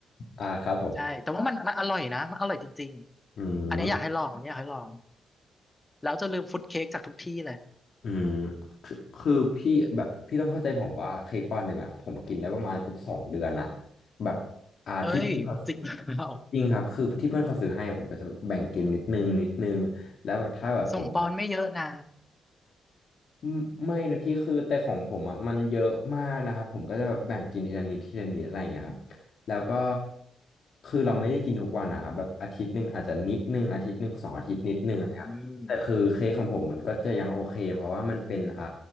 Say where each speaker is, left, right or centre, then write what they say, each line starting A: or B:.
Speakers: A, on the left; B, on the left.
A: อ่าครับผม
B: ใช่แต่ว่ามันมันอร่อยนะมันอร่อยจริงๆอันเนี้ยอยากให้ลองอันเนี้ยอยากให้ลอง
A: อืม
B: แล้วจะลืมฟุตเค้กจากทุกที่เลย
A: อืมคือคือพี่แบบพี่ต้องเข้าใจผมว่าเค้กปอนด์หนึ่งอ่ะผมกินได้ประมาณเกือบสองเดือนอ่ะแบบอ่าที่เพื่อนเขา
B: เฮ้ยจริงเปล่า
A: จริงครับคือที่เพื่อนเขาซื้อให้ผมก็จะแบ่งกินนิดนึงนิดนึงแล้วถ้าแบบผม
B: ส่งปอนไม่เยอะนะ
A: ไม่ไม่นะพี่คือแต่ของผมอ่ะมันเยอะมากนะครับผมก็จะแบบแบ่งกินทีละนิดทีละนิดอะไรอย่างเงี้ยครับแล้วก็คือเราไม่ได้กินทุกวันนะครับแบบอาทิตย์หนึ่งอาจจะนิดนึงอาทิตย์หนึ่งสองอาทิตย์นิดนึงอะไรครับแต่คือเค้กของผมมันก็จะยังโอเคเพราะว่ามันเป็นอ่า
B: อืม